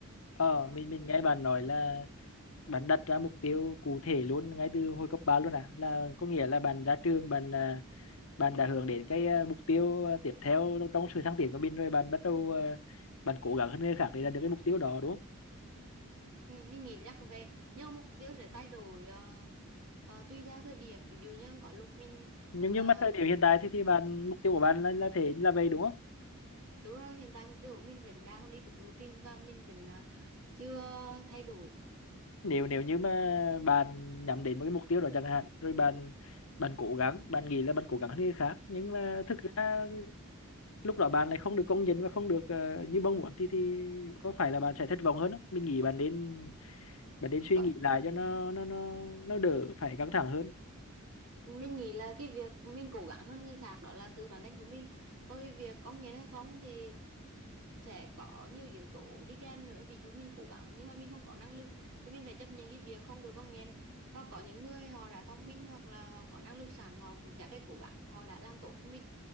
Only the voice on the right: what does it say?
Ờ.
ừ, mình nghĩ chắc là vậy nhưng mà mục tiêu sẽ thay đổi ờ, ờ, tùy theo thời điểm ví dụ như có lúc mình
ờ,
Đúng rồi, hiện tại mục tiêu của mình vẫn đang đi đúng lộ trình và mình vẫn à, chưa thay đổi.
Có-
Mình nghĩ là cái việc mình cố gắng hơn người khác đó là từ bản thân của mình. Còn cái việc công nhận hay không thì sẽ có nhiều yếu tố đi kèm nữa ví dụ mình cố gắng nhưng mà mình không có năng lực thì mình phải chấp nhận cái việc không được con nhện và có những người họ đã thông minh hoặc là họ có năng lực sẵn họ cũng chả cái cố gắng họ đã làm tốt hơn mình